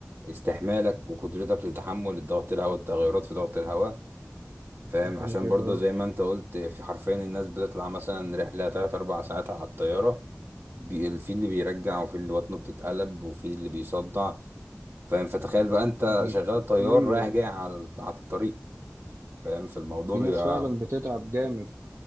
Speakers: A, on the right; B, on the right.
A: استحمالك وقدرتك لتحمل الضغط الهواء والتغيرات في ضغط الهواء فاهم
B: ده كده
A: عشان
B: كده
A: برضه
B: أه
A: زي ما انت قلت في حرفيا الناس بتطلع مثلا رحلة تلات أربع ساعات على الطيارة بي- في اللي بيرجع وفي اللي بطنه بتتقلب وفي اللي بيصدع فاهم فتخيل بقى انت
B: دي
A: شغال طيار
B: أيوة
A: رايح جاي على على الطريق فاهم في الموضوع
B: في
A: بيبقى
B: ناس فعلا بتتعب جامد